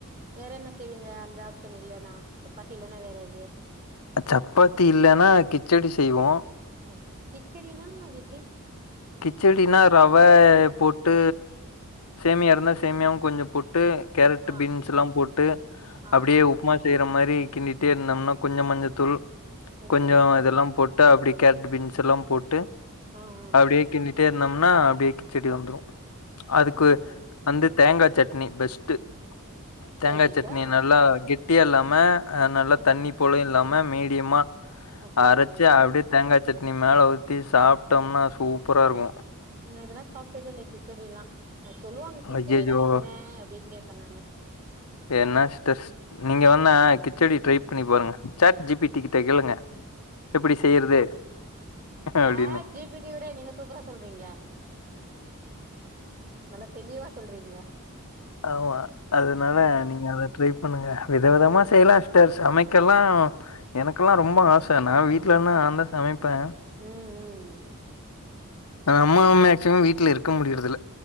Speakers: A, on the right; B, on the left.
A: வேற என்ன செய்வீங்க அந்த ஆப்ஷன் இல்லன்னா சப்பாத்தி இல்லன்னா வேற எது
B: சப்பாத்தி இல்லன்னா கிச்சடி செய்வோ
A: ஓகே கிச்சடினா அது எப்பிடி
B: கிச்சடினா ரவய போட்டு சேமியாருந்தா சேமியாவு கொஞ்சோ போட்டு கேரட்
A: ஆ
B: பீன்ஸ்ல்லா போட்டு
A: ஆ
B: அப்டியே உப்புமா செய்யற மாரி கிண்டிட்டே இருந்தோம்னா கொஞ்சோ மஞ்சள் தூள்
A: ஓகே
B: கொஞ்சோ
A: ஓகே
B: இதெல்லா போட் ட்ரு அப்படி கேரட் பீன்ஸ்ல்லா போட்டு
A: ஆ ஆ
B: அப்டியே கிண்டிட்டே இருந்தோம்னா அப்டியே கிச்சடி வந்துரு அதுக்கு
A: ஓகே ஓகே
B: வந்து தேங்கா சட்னி பெஸ்ட்டு தேங்கா
A: சைட் டிஷ்ஷா
B: சட்னி நல்லா கெட்டியா இல்லாம நல்லா
A: ம்
B: தண்ணி போலயு இல்லாம மீடியமா
A: ஓகே
B: அரைச்சு
A: ஓகே
B: அப்டியே தேங்கா சட்னி மேலே ஊத்தி சாப்ட்டோம்னா சூப்பராகருக்கு
A: நா இதெல்லா சாப்ட்டதே இல்ல கிச்சடில்லா அது சொல்லுவாங்க கிச்சடில்லா
B: அய்யய்யோ!
A: என்ன அப்டின்னு கேப்பே நானே
B: என்ன ஸ்டேஸ்ட் நீங்க வேன்னா கிச்சடி ட்ரை பண்ணி பாருங்க சட் ஜி பி டிக்கிட்ட கேளுங்க எப்பிடி செய்யறது
A: ஜார்ஜ்
B: அப்டின்னு
A: ஜி பிடிவுட நீங்க சூப்பரா சொல்றீங்கள நல்லா தெளிவா சொல்றீங்களே
B: ஆமா அதனால
A: ம்
B: நீங்க அத ட்ரை பண்ணுங்க வித விதமா
A: ம்
B: செய்யலா சிஸ்டர் சமைக் ல்லா எனக்கெல்லா ரொம்ப ஆச நா வீட்லனா நா தா ச சமைப்பே
A: ம் ம்
B: நம்மளு மேக்சிமம் வீட்ல இருக்க முடியறதில்ல